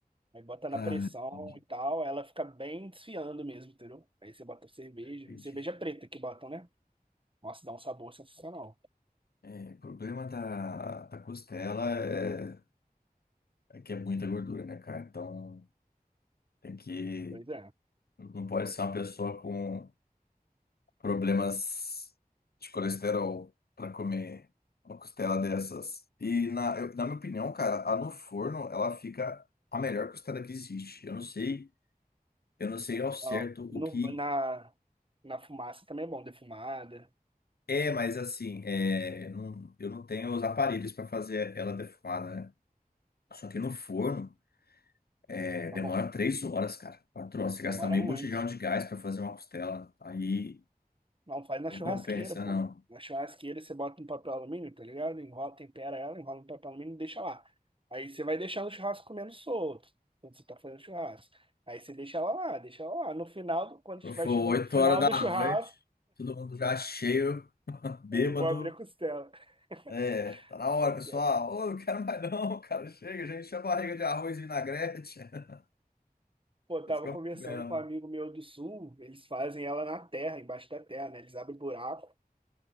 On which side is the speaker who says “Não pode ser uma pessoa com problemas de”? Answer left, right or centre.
Left